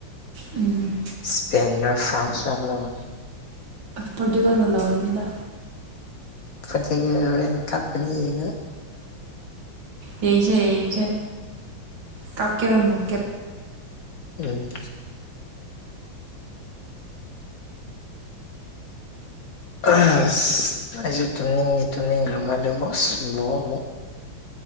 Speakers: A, on the right (about 80°); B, on the left (about 55°).
A: ꯎꯝ
B: ꯏꯁꯄꯦꯟ ꯐ꯭ꯔꯥꯟꯁ ꯑꯃ ꯂꯧꯧꯕꯅꯤ
A: ꯕꯧꯅ ꯂꯥꯛꯑꯣꯅꯤꯗ
B: ꯐ ꯀꯥꯞꯀꯅꯤ ꯌꯦꯡꯉ
A: ꯌꯦꯡꯁꯦ ꯌꯦꯁꯦ ꯀꯞ ꯀꯦꯔ ꯀꯦ
B: ꯎꯝ ꯑꯩꯁꯨ ꯇꯨꯝꯅꯤꯡꯉ ꯇꯨꯝꯅꯤꯡꯈ꯭ꯔꯕ ꯑꯗꯨꯕꯨ ꯑꯁꯕꯣ ꯑꯃꯨꯛ